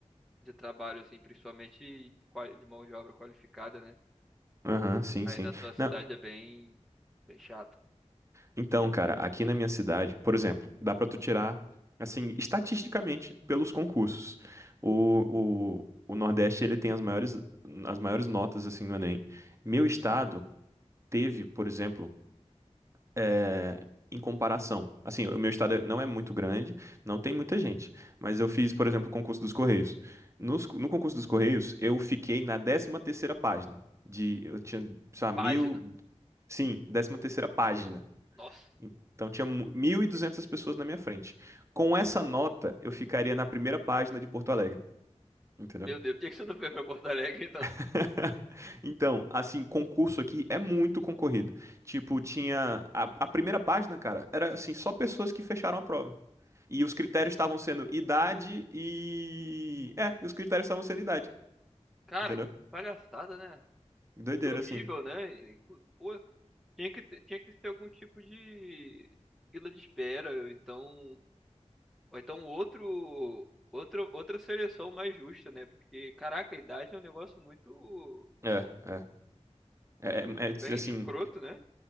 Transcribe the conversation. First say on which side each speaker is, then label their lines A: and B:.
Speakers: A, in the centre; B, on the right (about 25°).
A: de trabalho, assim, principalmente qua- de mão de obra qualificada, né?
B: Aham, sim,
A: Aí
B: sim.
A: na tua cidade
B: Não,
A: é bem, bem chata.
B: então, cara, aqui na minha cidade, por exemplo, dá pra tu tirar, assim, estatisticamente, pelos concursos. O, o, o Nordeste, ele tem as maiores, as maiores notas, assim, no Enem. Meu estado teve, por exemplo, é, em comparação. Assim, o meu estado é- não é muito grande, não tem muita gente, mas eu fiz, por exemplo, o concurso dos Correios. Nos- no concurso dos Correios, eu fiquei na décima terceira página. De, eu tinha, sei lá,
A: Página,
B: mil... Sim, décima terceira página.
A: nossa,
B: Então tinha mu- 1.200 pessoas na minha frente. Com essa nota, eu ficaria na primeira página de Porto Alegre. Entendeu?
A: meu Deus, por que que você não veio pra Porto Alegre, então?
B: <laughs> Então, assim, concurso aqui é muito concorrido. Tipo, tinha. A, a primeira página, cara, era assim, só pessoas que fecharam a prova. E os critérios estavam sendo idade e. É, os critérios estavam sendo idade,
A: Cara,
B: entendeu?
A: que palhaçada, né?
B: Doideira,
A: Que horrível,
B: assim.
A: né? Inclu- Pô, tinha que ter- tinha que ser algum tipo de fila de espera, ou então Ou então outro, outro, outra seleção mais justa, né? Porque, caraca, a idade é um negócio muito,
B: É,
A: muito
B: é. É, é, é,
A: bem
B: assim,
A: escroto, né?